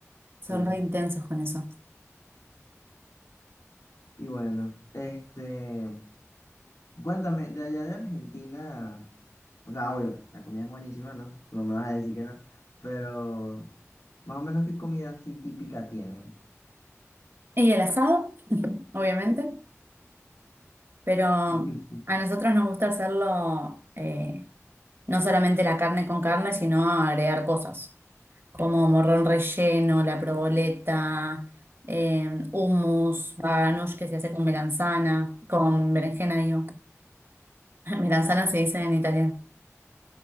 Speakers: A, on the left; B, on the right.
A: sí.
B: Son re intensos con eso.
A: Y bueno, este, cuéntame, de allá de Argentina, o sea, obvio, la comida es buenísima, ¿no? No me vas a decir que no, pero más o menos qué comida así típica tienen.
B: Y el asado, <laughs> obviamente, pero
A: <laughs>
B: a nosotros nos gusta hacerlo eh, no solamente la carne con carne, sino agregar cosas como morrón relleno, la proboleta, eh, hummus, baganush que se hace con melanzana, con berenjena, digo. <laughs> Melanzana se dice en italiano.